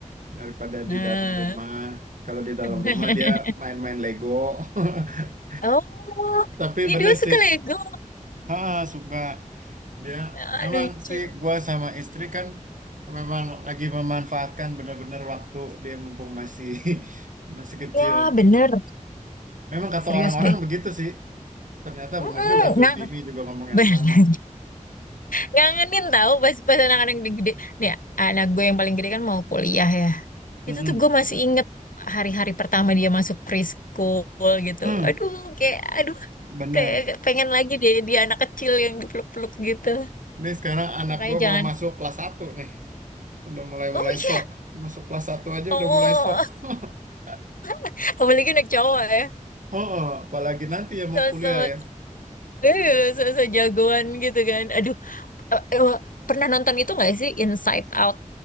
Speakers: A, on the right; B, on the left.
A: daripada
B: Nah,
A: di dalam rumah. Kalau di dalam
B: <laughs>
A: rumah dia main-main Lego. <laughs>
B: oh,
A: Tapi
B: itu
A: bener
B: suka
A: sih,
B: Lego,
A: ha, suka dia.
B: Ah,
A: Emang
B: lucu.
A: sih gua sama istri kan memang lagi memanfaatkan bener-bener waktu dia mumpung masih <laughs> masih kecil.
B: Ya bener,
A: Memang kata
B: serius
A: orang-orang
B: deh.
A: begitu sih. Ternyata
B: Mm-mm,
A: bener juga tuh
B: ngang,
A: Dini juga ngomong
B: <laughs>
A: yang
B: bener.
A: sama.
B: Ngangenin tahu pas pas anak-anak yang gede Nih, anak gue yang paling gede kan mau kuliah ya.
A: Mm-mm.
B: Itu tuh gue masih inget hari-hari pertama dia masuk preschool gitu.
A: Hmm,
B: Aduh, kayak aduh
A: bener.
B: kayak agak pengen lagi deh dia anak kecil yang dipeluk-peluk gitu.
A: Ini sekarang anak
B: Makanya
A: gua
B: jangan.
A: mau masuk kelas satu nih. Udah mulai-mulai
B: Oh iya.
A: sok. Masuk kelas satu aja
B: Oh,
A: udah mulai sok. <laughs>
B: <laughs> apalagi anak cowok ya.
A: Oh, oh, apalagi nanti ya mau
B: So-so
A: kuliah ya.
B: eh so-so jagoan gitu kan. Aduh, eh, eh, pernah nonton itu nggak sih Inside Out